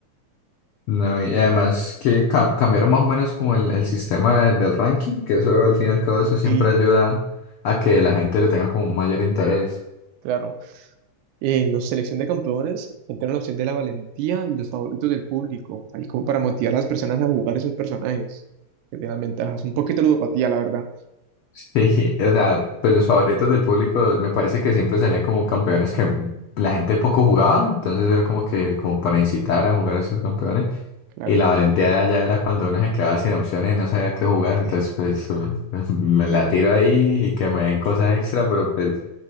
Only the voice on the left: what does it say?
No, y además que ca- cambiaron más o menos como el, el sistema de- del ranking, que eso al fin y al cabo eso siempre
ayuda a que la gente le tenga como un mayor interés.
Sí, o sea, pues los favoritos del público me parece que siempre salían como campeones que la gente poco jugaba, entonces era como que como para incitar a jugar a esos campeones
y la valentía ya era cuando uno se quedaba sin opciones y no sabía qué jugar, entonces
pues <laughs> me
la tiro ahí y que me den cosas extra, pero pues